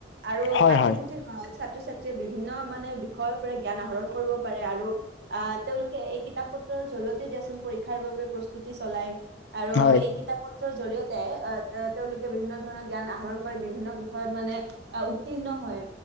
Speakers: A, on the right; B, on the left.
A: আৰু
B: হয়
A: পাঠ্যপুথিৰ
B: হয়
A: সহা ছাত্ৰ ছাত্ৰীয়ে বিভিন্ন মানে বিষয়ৰ পৰা জ্ঞান আহৰণ কৰিব পাৰে আৰু আহ, তেওঁলোকে এই কিতাপ পত্ৰৰ জৰিয়তে দিয়াচোন পৰীক্ষাৰ বাবে প্ৰস্তুতি চলায়। আৰু
B: হয়
A: এই কিতাপ পত্ৰৰ জৰিয়তে আহ, অহ, তেওঁলোকে বিভিন্ন ধৰণৰ জ্ঞান আহৰণ কৰে, বিভিন্ন বিষয়ত মানে অহ উ উত্তীৰ্ণ হয়।